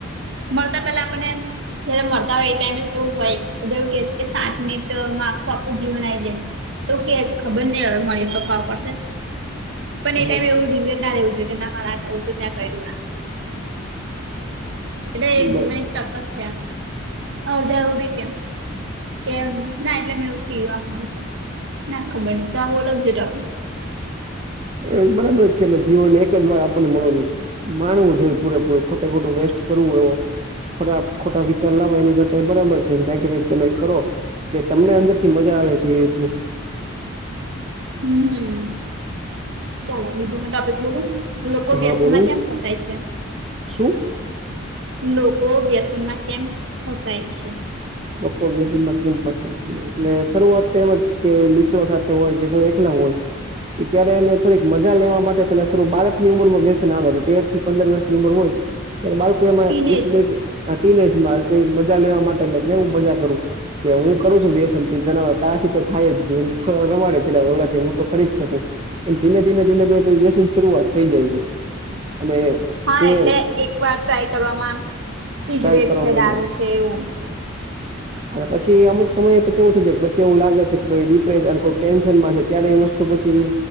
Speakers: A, on the right (about 65°); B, on the right (about 30°).
A: મળતા પેલા આપણને એમ જયારે મળતા હોય એ ટાઈમે એવું હોય એવું કે છે કે સાત મિનિટમાં આખું આખું જીવન આઈ જાય. એવું કે છે ખબર નહિ હવે મળીએ તો ખબર પડશે. પણ એ
B: હા
A: ટાઈમે એવું રિગ્રેટના લેવું જોઈએ કે ના મારે કરવુ તું ને મેં આ કર્યું ના. એટલે એ
B: બરાબર
A: જીવન એક ટક જ છે આમ. અડધા એવું બી કે કેમ ના એટલે મેં એવું ટીવી હાભર્યું છે. ના ખબર નહીં તો હા બોલો બીજો ટોપિક.
B: હમ બરાબર જ છેને જીવન એક જ વાર આપણને મળે છે. માણવું જોઈએ પૂરેપૂરે ખોટે ખોટો વેસ્ટ કરવું એવો ખોટા ખોટા વિચાર લાવવા એની કરતા એ બરાબર છે કઈક ને કંઈક તમે કરો. જે તમને અંદરથી મજા આવે છે એ રીતનું.
A: હમ ચલો બીજો મેં ટોપિક બોલું? લોકો
B: હા
A: વ્યસનમાં
B: બોલો
A: કેમ ફસાય છે?
B: શું
A: લોકો વ્યસનમાં કેમ ફસાય છે?
B: લોકો વ્યસનમાં કેમ ફસાઈ છે. એટલે શરૂઆત તો એમ જ કે મિત્રો સાથે હોય કે, કોઈ એકલા હોય. કે ક્યારે એને થોડીક મજા લેવા માટે પેલા બાળકની ઉંમરમાં વ્યસન આવે કે તેરથી પંદર વર્ષની ઉંમર હોય. ત્યારે બાળકો એમાં
A: ટીનેજ
B: વિસમે કે કા ટીન એજમાં કે મજા લેવા માટે એટલે હું મજા કરું. કે હું કરું છું વ્યસન તે જનાવે તારાથી તો થાય જ ની એમ રમાડે છે રયા ઓલા. કે હું તો કરી જ શકું. એમ ધીમે ધીમે ધીમે ધી ફૂલ વ્યસન શરૂઆત થઈ જાય છે. અને
A: હા
B: જે
A: એટલે એકવાર ટ્રાય કરવામાં સિગરેટ
B: ટ્રાય કરવામાં
A: છે, દારૂ
B: યશ
A: છે એવું.
B: અને પછી એ અમુક સમય પછી એવું થઈ જાય કે પછી એવું લાગે છે કે કોઈ ડિપ્રેશ અને કોઈ ટેન્શનમાં છે ત્યારે એ વસ્તુ પછી